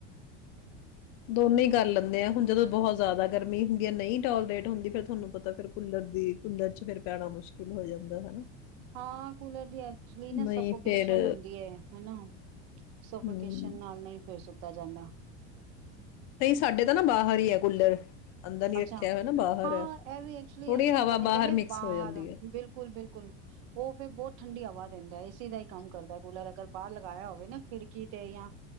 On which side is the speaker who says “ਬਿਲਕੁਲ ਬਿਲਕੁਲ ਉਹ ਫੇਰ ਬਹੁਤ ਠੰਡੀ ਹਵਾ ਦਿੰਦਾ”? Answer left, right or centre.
Right